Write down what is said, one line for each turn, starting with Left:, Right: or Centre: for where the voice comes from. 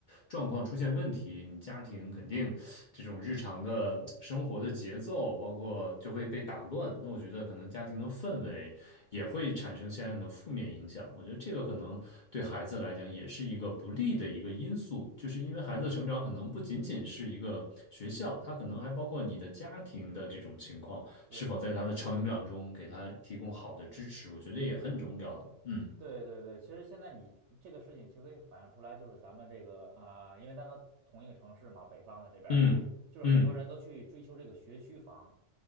Left: 状况出现问题，你家庭肯定这种日常的。
Right: 嗯，
Left: 生活的节奏，包括就会被打乱。那我觉得可能家庭的氛围也会产生相应的负面影响。我觉得这个可能对孩子来讲也是一个不利的一个因素，就是因为孩子的成长可能不仅仅是一个学校，他可能还包括你的家庭的这种情况，
Right: 对。
Left: 是否在他的成长中给他提供好的支持，我觉得也很重要的。嗯
Right: 对对对，其实现在你这个事情其实可以反映出来，就是咱们这个啊、因为咱都同一个城市嘛，北方的这边儿，
Left: 嗯嗯
Right: 就是很多人都去追求这个学区房，